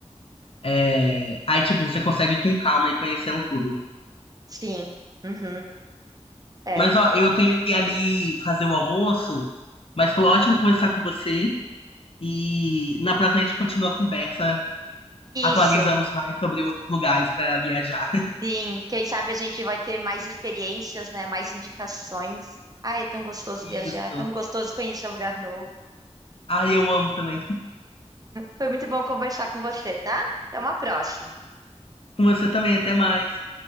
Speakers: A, on the left; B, on the right.
A: é, aí, tipo, você consegue ir com calma e conhecendo tudo.
B: sim. Uhum, é.
A: Mas, ó, eu tenho que ir ali fazer o almoço, mas foi ótimo conversar com você. E na próxima a gente continua a conversa, atualizamos
B: Isso,
A: mais sobre outros lugares para viajar. <laughs>
B: sim. Quem sabe a gente vai ter mais experiências, né? Mais indicações. Ai, é tão gostoso
A: Isso.
B: viajar, tão gostoso conhecer um lugar novo.
A: Ai, eu amo também.
B: Foi muito bom conversar com você, tá? Até uma próxima.
A: Com você também, até mais.